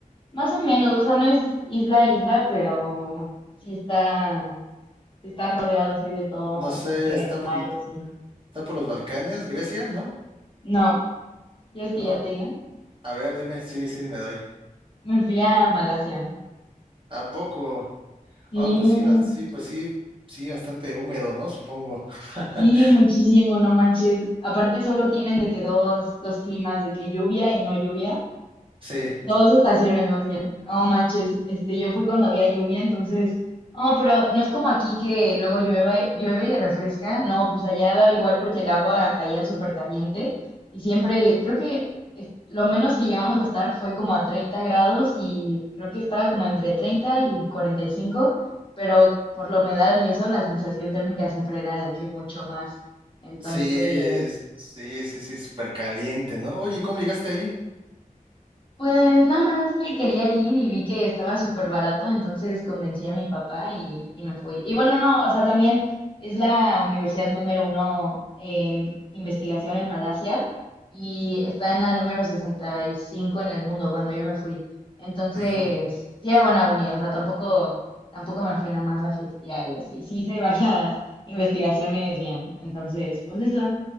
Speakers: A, on the left; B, on the right.
A: más o menos, o sea, no es isla a isla, pero sí está Estás rodeado así de todo,
B: No sé,
A: de que
B: está por...
A: mar y así.
B: Está por los Balcanes, Grecia, ¿no?
A: No, ya es
B: No.
A: que ya te diga.
B: A ver, dime, sí, sí, me doy.
A: Me fui a Malasia.
B: ¿A poco?
A: Sí,
B: Ah, pues sí, ba- sí, pues sí, sí, bastante húmedo, ¿no? Supongo. <laughs>
A: sí, muchísimo, no manches. Aparte solo tienen de que dos, dos climas, de que lluvia y no lluvia.
B: Sí,
A: Dos estaciones más bien. No manches, este, yo fui cuando había lluvia, entonces, no, pero no es como aquí que luego llueve, llueve y refresca. No, pues allá daba igual porque el agua caía súper caliente y siempre, creo que es- lo menos que llegamos a estar fue como a 30 grados y creo que estaba como entre treinta y cuarenta y cinco pero por la humedad y eso, la sensación térmica siempre era de que mucho más. Entonces,
B: sí, es- sí, sí, sí, súper caliente, ¿no? Oye, ¿cómo llegaste ahí?
A: Pues nada más me quería ir y vi que estaba súper barato, entonces convencí a mi papá y, y me fui. Y bueno, no, o sea, también es la universidad número uno en investigación en Malasia y está en la número 65 en el mundo cuando yo me fui. Entonces,
B: Ujú.
A: sí era buena uni, o sea, tampoco, tampoco me fui nada más a fiestear y así. Sí hice varias investigaciones bien, entonces, pues eso.